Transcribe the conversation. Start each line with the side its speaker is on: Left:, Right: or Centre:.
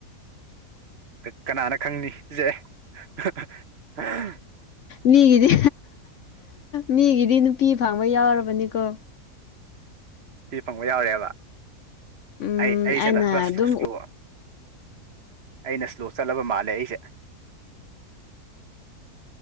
Right: ꯀꯅꯥꯅ ꯈꯪꯅꯤ ꯖꯦ ꯍ ꯍꯤ
Left: ꯃꯤꯒꯤꯗꯤ ꯃꯤꯒꯤꯗꯤ ꯅꯨꯄꯤ ꯐꯪꯕ ꯌꯥꯎꯔꯕꯅꯤꯀꯣ
Right: ꯅꯨꯄꯤ ꯐꯪꯕ ꯌꯥꯎꯔꯦꯕ
Left: ꯎꯝ
Right: ꯑꯩ ꯑꯩꯁꯦꯗ
Left: ꯑꯩꯅ
Right: ꯀ꯭ꯔꯁ
Left: ꯑꯗꯨꯝ
Right: ꯇꯧꯁꯜꯂꯨ ꯑꯩꯅ ꯁ꯭ꯂꯣ ꯆꯠꯂꯕ ꯃꯥꯜꯂꯦ ꯑꯩꯖꯦ <inaudible>